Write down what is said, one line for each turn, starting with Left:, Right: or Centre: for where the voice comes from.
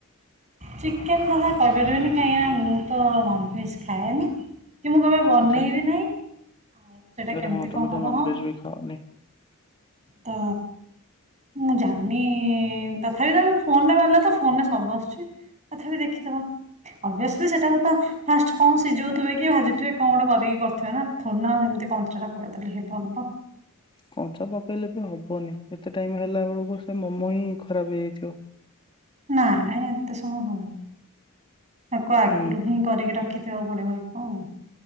Right: ଚିକେନ କଥା କହିପାରିବିନି କାହିଁକିନା ମୁଁ ତ ନନ୍‌ଭେଜ୍ ଖାଏନି। କିନ୍ତୁ କେବେ ବନେଇବି
Left: ଆଚ୍ଛା
Right: ନାହିଁ। ସେଇଟା କେମିତି
Left: ଆରେ ହଁ ତମେ
Right: କଣ ହବ
Left: ତ ନନ୍‌ଭେଜ
Right: ହଁ
Left: ବି ଖାଅନି
Right: ତ ମୁଁ ଜାଣିନି ତଥାପି ତ ଫୋନରେ ବାହାରିଲା ତ ଫୋନରେ ସବୁ ଆସୁଛି ତଥାପି ଦେଖିଥବା ଅବିଏଶିଲ୍ଲୀ ସେଟାକୁ ତ ଫାଷ୍ଟ କଣ ସିଝଉଥିବେ କି ଭାଜୁଥିବେ କଣ ଗୋଟେ କରିକି କରୁଥିବେ ନା ଥ ନା ସେମିତି କଞ୍ଚା ଟା ପକେଇଦେଲେ ହେବନି ତ
Left: କଞ୍ଚା ପକେଇଲେ ବି ହବନି ଏତେ ଟାଇମ ହେଲା ବେଳକୁ ସେ ମୋମୋ ହିଁ ଖରାପ ହେଇଯାଇଥିବ।
Right: ନାଇଁ ନାଇଁ ଏତେ ସମୟ ହବନି। ତାକୁ ଆଗରୁ
Left: ଉଁ,
Right: ହିଁ କରିକି ରଖିଥିବା କୁ ପଡିବ ହଉ,